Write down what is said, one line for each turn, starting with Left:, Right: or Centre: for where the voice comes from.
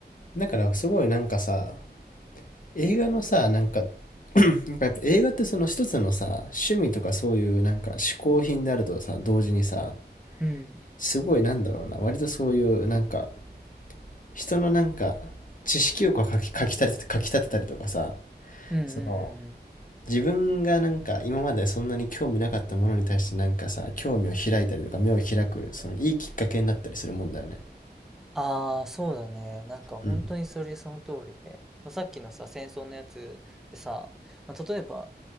Left: だからすごいなんかさ、映画のさ、なんか、<clears throat> なんかやっぱ映画ってその一つのさ、趣味とかそういうなんか嗜好品であるとさ、同時にさ、
Centre: うん。
Left: すごいなんだろうな、割とそういうなんか、人のなんか、知識欲をかき、かき立てた、かき立てたりとかさ、
Centre: うんうんうん。
Left: その、自分がなんか今までそんなに興味なかったものに対してなんかさ、興味を開いたりとか目を開く、そのいいきっかけになったりするもんだよね。
Centre: ああ、そうだね。なんか本当にそれその通りで。
Left: うん。
Centre: まあ、さっきのさ、戦争のやつでさ、まあ、例えば、